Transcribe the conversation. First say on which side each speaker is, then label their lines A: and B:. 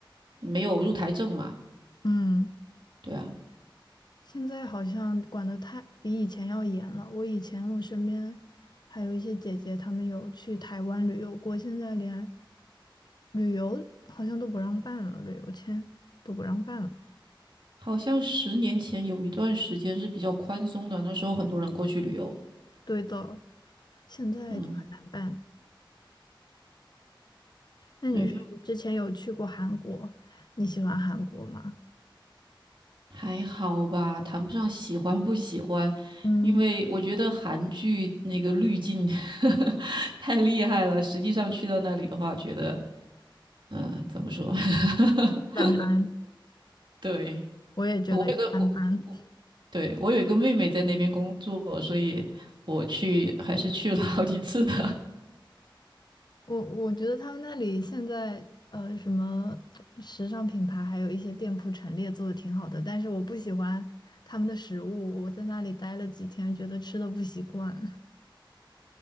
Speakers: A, on the right (about 60°); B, on the left (about 55°).
A: 没有入台证嘛。
B: 嗯，
A: 对啊，
B: 现在好像管得太比以前要严了。我以前我身边还有一些姐姐，她们有去台湾旅游过，现在连旅游好像都不让办了，旅游签都不让办了。
A: 好像十年前有一段时间是比较宽松的，那时候很多人过去旅游。
B: 对的，现在就很难办。
A: 嗯，
B: 那你说你之前有去过韩国，
A: 对。
B: 你喜欢韩国吗？
A: 还好吧，谈不上喜欢不喜欢，
B: 嗯，
A: 因为我觉得韩剧那个滤镜 <laughs> 太厉害了。实际上去到那里的话，觉得嗯、呃怎么说？<laughs>
B: 一般般，
A: 对，
B: 我也觉得一般般。
A: 我有个我，对，我有一个妹妹在那边工作，所以我去还是去了好几次的。
B: 我我觉得他们那里现在呃什么时尚品牌，还有一些店铺陈列做的挺好的，但是我不喜欢他们的食物。我在那里待了几天，觉得吃的不习惯。